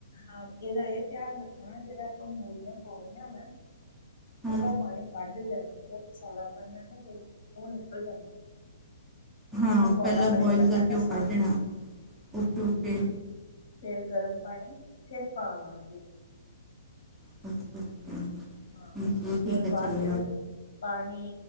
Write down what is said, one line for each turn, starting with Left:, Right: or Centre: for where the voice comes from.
Left: ਹਾਂ ਏਹਦਾ ਏਹ ਧਿਆਨ ਰੱਖਣਾ ਜਿਹੜਾ ਆਪਾਂ ਮੂਲੀਆਂ ਪੋਣੀਆਂ ਨਾ
Centre: ਹਾਂ
Left: ਓਹਦਾ ਪਾਣੀ ਕੱਢ ਦੇਣਾ ਓਹਦਾ ਕਸਾਲਾ ਪਣ ਹੈ ਨਾ ਜੇਹੜਾ ਓਹ ਨਿਕਲ ਜਾਂਦਾ। ਨਹੀਂ
Centre: ਹਾਂ
Left: ਤਾਂ ਕੋੜਾ
Centre: ਪਹਿਲਾਂ
Left: ਬਣੇਗਾ
Centre: ਬੋਇਲ ਕਰਕੇ
Left: ਤਾਡਾ
Centre: ਉਹ
Left: ਸਾਗ
Centre: ਕੱਢ ਦੇਣਾ ਓਕੇ ਓਕੇ
Left: ਫੇਰ ਗਰਮ ਪਾਣੀ ਫੇਰ ਪਾਣਾ ਓਹਦੇ ਵਿੱਚ
Centre: <unintelligible>
Left: ਹਾਂ
Centre: ਚਲੋ
Left: ਫੇਰ
Centre: ਠੀਕ ਆ
Left: ਬਾਦ
Centre: ਚਲੇਗਾ
Left: ਚ ਪਾਣੀ